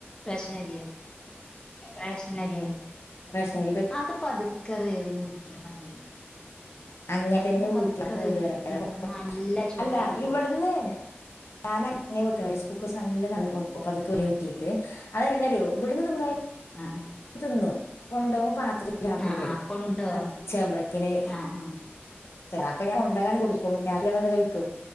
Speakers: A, on the left; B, on the left.
A: റേഷൻ അരിയോ റേഷൻ അരിയോ
B: റേഷൻ അരി
A: അത് പതുക്കെ വേവിന് ഊറ്റിയ മതി
B: അങ്ങനെ തന്നെ
A: അത് പതുക്കെ
B: ഊറ്റി അപ്പൊ
A: വേവിന്
B: ഓലുവരക്കര
A: ഊറ്റിയ മതി നല്ല ചോറായിരിക്കും
B: അല്ല ഇവിടുന്ന് ഞാന് അങ്ങനെ വെക്കണ സൈസ് കുക്കേഴ്സ് നല്ലതാന്ന് അപ്പ പതുക്ക ഊറ്റിയിട്ട് അത് എന്താ അറിയോ ഇവിടുന്ന് തിന്നേ
A: ആഹ
B: തിന്നു കൊണ്ട് വന്ന് പാത്രത്തിൽ ആക്കുമ്പളേ
A: ആഹ് ആഹ് ആഹ് കൊണ്ടോ
B: അത് ഉച്ചമ്പളക്കിന്
A: ആഹ്
B: അപ്പൊ ഞാൻ കോടകാൻ കൊടുക്കും രാവിലെ അത് കഴിക്കും